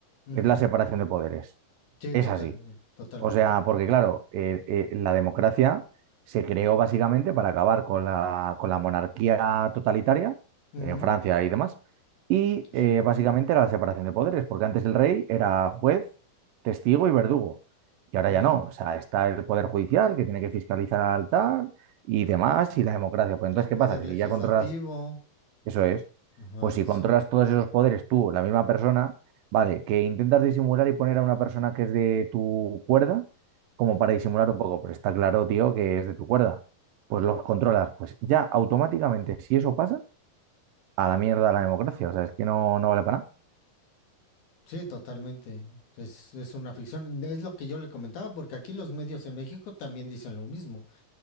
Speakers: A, on the left (about 55°); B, on the right (about 75°).
A: Ujú.
B: es la separación de poderes.
A: Sí,
B: Es
A: totalmente,
B: así.
A: totalmente.
B: O sea, porque claro, eh, eh, la democracia se creó básicamente para acabar con la, con la monarquía totalitaria
A: Ujú,
B: en Francia y demás, y
A: Sí.
B: eh, básicamente era la separación de poderes, porque antes el rey era juez, testigo y verdugo, y ahora
A: ujú.
B: ya no. O sea, está el poder judicial que tiene que fiscalizar al tal y demás, y la democracia. Pues
A: El
B: entonces,
A: poder
B: ¿qué pasa? Que
A: legislativo.
B: si ya controlas eso es.
A: Ajá,
B: Pues si
A: sí.
B: controlas todos esos poderes tú, la misma persona, vale, que intentas disimular y poner a una persona que es de tu cuerda, como
A: ujú.
B: para disimular un poco, pero está claro, tío, que es de tu cuerda. Pues los controlas. Pues ya automáticamente, si eso pasa, a la mierda la democracia. O sea, es que no, no vale para nada.
A: Sí, totalmente. Es, es una ficción. Es lo que yo le comentaba, porque aquí los medios en México también dicen lo mismo.